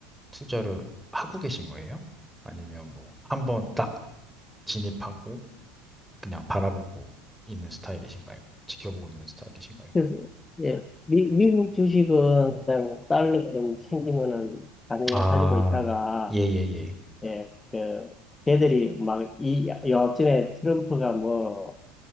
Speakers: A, in the centre; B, on the left (about 15°).
A: 투자를 하고 계신 거예요? 아니면 뭐 한 번 딱 진입하고 그냥 바라보고 있는 스타일이신가요? 지켜보고 있는 스타일이신가요?
B: 그래서 예. 미, 미국 주식은 그냥 달러가 좀 생기면은 당연히
A: 아,
B: 가지고 있다가
A: 예, 예, 예.
B: 예. 그 걔들이 막 이 여하튼에 트럼프가 뭐